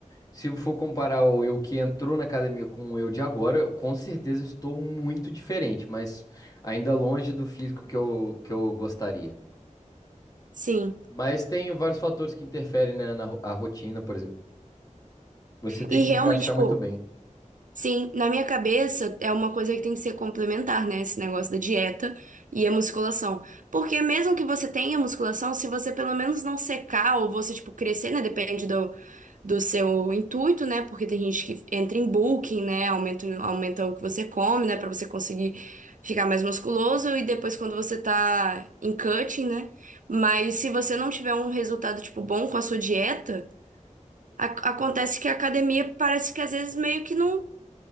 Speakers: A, on the left; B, on the right.
A: Se for comparar o eu que entrou na academia com o eu de agora, eu com certeza estou muito diferente, mas ainda longe do físico que eu, que eu gostaria.
B: sim.
A: Mas tem vários fatores que interferem, né, na ro- a rotina, por exemplo. Você tem
B: E
A: que
B: realmente,
A: encaixar
B: pô.
A: muito bem.
B: Sim, na minha cabeça é uma coisa que tem que ser complementar, né? Esse negócio da dieta e a musculação. Porque mesmo que você tenha musculação, se você pelo menos não secar ou você, tipo, crescer, né? Depende do, do seu intuito, né? Porque tem gente que entra em bulking, né? Aumenta, aumenta o que você come, né? Pra você conseguir ficar mais musculoso. E depois quando você tá em cutting, né? Mas se você não tiver um resultado, tipo, bom com a sua dieta, a- acontece que a academia parece que às vezes meio que não